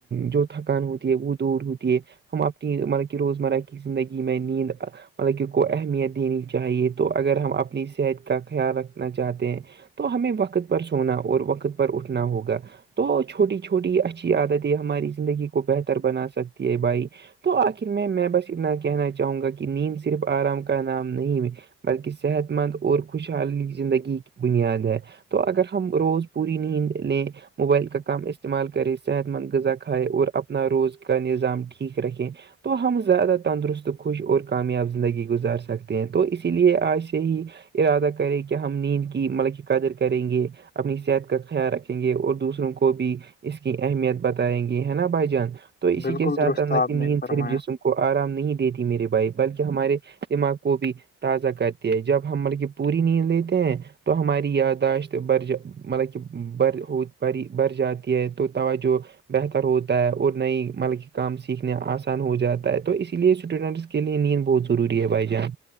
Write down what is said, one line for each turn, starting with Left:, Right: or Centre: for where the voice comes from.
Right: جو تھکان ہوتی ہے وہ دور ہوتی ہے ہم اپنی مطلب کہ روزمرہ کی زندگی میں نیند مطلب کہ کو اہمیت دینی چاہیے تو اگر ہم اپنی صحت کا خیال رکھنا چاہتے ہیں تو ہمیں وقت پر سونا اور وقت پر اٹھنا ہوگا تو چھوٹی چھوٹی اچھی عادتیں ہماری زندگی کو بہتر بنا سکتی ہے بھائی تو آخر میں میں بس اتنا کہنا چاہوں گا کہ نیند صرف آرام کا نام نہیں بلکہ صحت مند اور خوشحالی زندگی کی بنیاد ہے تو اگر ہم روز پوری نیند لیں موبائل کا کام استعمال کرے صحت مند غذا کھائے اور اپنا روز کا نظام ٹھیک رکھے تو ہم زیادہ تندرست خوش اور کامیاب زندگی گزار سکتے ہیں تو اسی لیے آج سے ہی ارادہ کریں کہ ہم نیند کی ملب کی قدر کریں گے اپنی صحت کا خیال رکھیں گے اور دوسروں کو بھی اس کی اہمیت بتائیں گے ہے نا بھائی جان تو اسی
Left: بالکل
Right: کے ساتھ
Left: درست
Right: الاللہ
Left: آپ
Right: کی نیند
Left: نے فرمایا
Right: صرف جسم کو آرام نہیں دیتی میرے بھائی بلکہ ہمارے دماغ کو بھی تازہ کرتی ہے جب ہم ملک پوری نیند دیتے ہیں تو ہماری یادداشت بر مطلب کہ بر ہو ب بر جاتی ہے تو توجہ بہتر ہوتا ہے اور نئی مطلب کہ کام سیکھنے آسان ہو جاتا ہے تو اسی لیے اسٹوڈنٹس کے لیے نیند بہت ضروری ہے بھائی جان